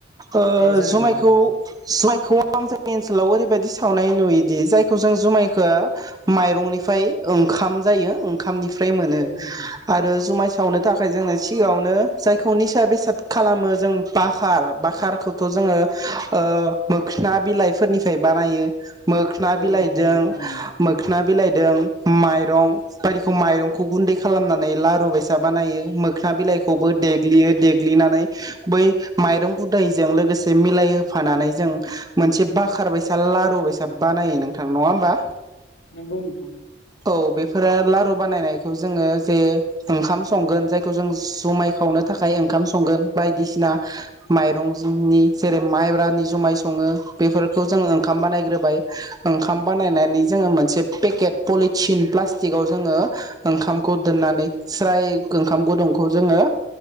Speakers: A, on the right (about 20°); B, on the left (about 80°).
A: ओ
B: दे जागाय
A: जुमायखौ
B: जागोन
A: जुमायखौ आं जोंनि ओनसोलाव ओरैबायदि सावनाय नुयोदि जायखौ जों जुमायखो माइरंनिफ्राय ओंखाम जायो खामनिफ्राय मोनो
B: औ नोंथां
A: आरो जु सावनो थाखाय जोंनो सिगाङाव नो जायखौ निसा बेसाद खालामो जों बाखार बाखारखौथ' जोङो ओ मोखोना बिलाइफोरनिफ्राय बानायो। मोखोना
B: औ
A: बिलाइदों
B: नोंथां औ थारैनो
A: मोखोना बिलाइदों माइरं बायदिखौ माइरंखौ गुन्दै खालामनानै लारु बायसा बानायो मोख्रा बिलाइ खौबो
B: औ नोंथां
A: देग्लियो
B: औ
A: देग्लिनानै बै माइरं उदायजों लोगोसे मिलाय होफानानै जों मोनसे बखार बायसा लारु बेसाद बानायो नोंथां नङा होमबा?
B: नंगौ नोंथां।
A: औ बेफोरो लारु बानायनायखौ जोङो जे ओंखाम संगोन जायखौ जों जुमाय खावनो थाखाय ओंखाम संगोन बायदिसिना माइरं जोंनि जेरै माइब्रानि जुमाय सङो बेफोरखौ जोङो ओंखाम बानायग्रोबाय ओंखाम बानायनानै जोङो मोनसे पेकेट पलिथिन प्लास्टिकआव जोङो ओंखामखौ दोननानै स्राय ओंखाम गुदुंखौ जोङो